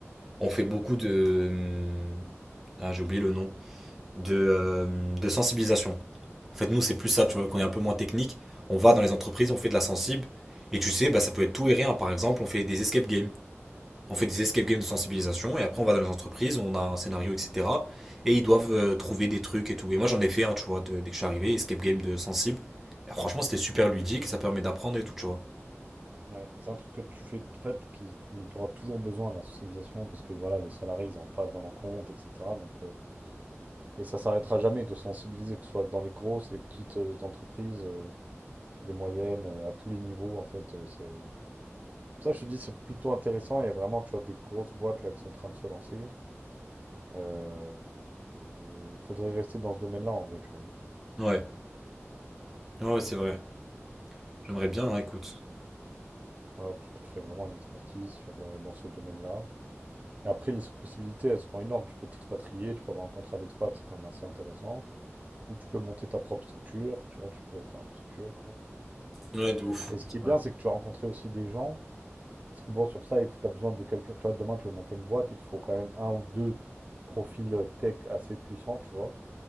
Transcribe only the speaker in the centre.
on fait beaucoup de. hum, Ah, j'ai oublié le nom. De, euh, de sensibilisation. En fait, nous, c'est plus ça, tu vois, qu'on est un peu moins technique. On va dans les entreprises, on fait de la sensible. Et tu sais, bah, ça peut être tout et rien. Par exemple, on fait des escape games. On fait des escape games de sensibilisation. Et après, on va dans les entreprises, on a un scénario, etc. Et ils doivent euh, trouver des trucs et tout. Et moi, j'en ai fait un, tu vois, de- dès que je suis arrivé, escape game de sensible. Et franchement, c'était super ludique. Ça permet d'apprendre et tout, tu vois.
Ouais. Ah Ouais, c'est vrai. J'aimerais bien, hein, écoute.
Ouais, de ouf.
C'est
vrai.